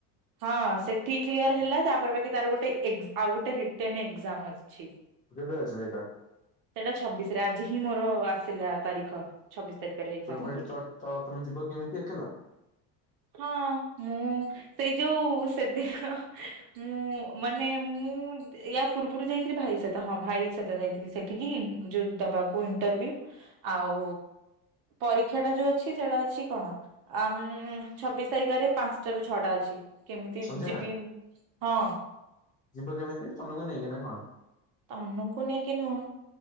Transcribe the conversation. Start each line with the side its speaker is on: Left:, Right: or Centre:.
Right: ହଁ ସେ ଠ କ୍ଲିୟର ହେଲା ତାପରେ ପାଖି ତାର ଗୋଟେ ଆଉ ଗୋଟେ ରିଟର୍ନ ଏକ୍ଜାମ ଅଛି।
Left: କେବେ ଆଯାଏଗା।
Right: ସେଇଟା ଛବିଶ ରେ ଆଜି ହିଁ ମୋର ଆସିଲା ତାରିଖ। ଛବିଶି ତାରିଖରେ। ଏକ୍ଜାମ
Left: ତ ତମେ
Right: ବୋଲି
Left: ଚ ତମେ ଯିବ କେମିତି ଏକଲା?
Right: ହଁ ମୁଁ ସେଇ ଯୋଉ ସେଦିନ ମୁଁ ମାନେ ମୁଁ ୟା ପୂର୍ବରୁ ଯାଇଥିଲି ଭାଇ ସହିତ ହଁ ଭାଇ ସହିତ ଯାଇଥିଲି ସେଠିକି ଯୋଉ ଦବାକୁ ଇଣ୍ଟରଭ୍ୟୁ। ଆଉ ପରୀକ୍ଷା ଟା ଯୋଉ ଅଛି ସେଇଟା ଅଛି କଣ। ଆ ଛବିଶ ତାରିଖରେ ପାଞ୍ଚଟ ରୁ ଛଅଟା ଅଛି। କେମିତି
Left: ସନ୍ଧ୍ୟା?
Right: ଯିବି ହଁ।
Left: ଯିବ କେମିତି ତମକୁ ନେଇକି ନା କଣ?
Right: ତନୁକୁ ନେଇକି ନୁହଁ